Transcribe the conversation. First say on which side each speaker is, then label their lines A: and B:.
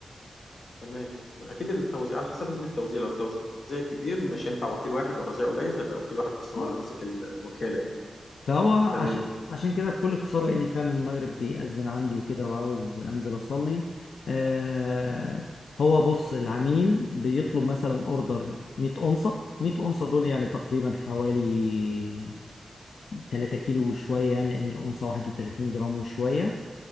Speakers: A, on the left; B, on the left.
A: تمام اكيد التوزيع على حسب نسبة التوزيع لو التوزيع كبير مش هينفع وكيل واحد لو التوزيع قليل هيبقى وكيل واحد بس هو
B: آه.
A: اللي ماسك ال- الوكالة يعني
B: فهو عشان
A: تمام
B: عشان كده بكل اختصار لاني فعلا المغرب بيأذن عندي وكده وعاوز انزل اصلي آه هو بص العميل بيطلب مثلا اوردر 100 اونصه 100 اونصه دول يعني تقريبا حوالي 3 كيلو وشوية يعني لأن الأنثى 31 جرام وشوية